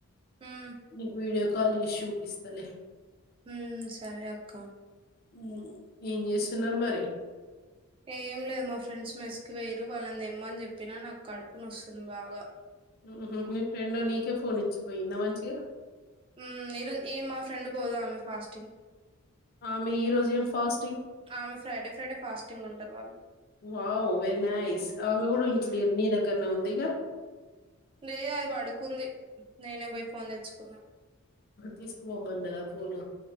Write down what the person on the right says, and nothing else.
మ్మ్
ఉం సరే అక్క
ఏం లేదు మా ఫ్రెండ్స్ మెస్కి వేయరు వాళ్ళను ఇమ్మని చెప్పినా నాకు కడుపు నొసుంది బాగా
ఊమ్ ఇ రోజు ఈ రోజు మా ఫ్రెండ్ పోదామె ఫాస్టుగా
ఆమె ఫ్రైడే ఫ్రైడే ఫాస్ట్ టింగ్ ఉంటరు వాళ్ళు
మ్మ్
దే అది పడుకుంది నేనే పోయి ఫోన్ తెచ్చుకున్నా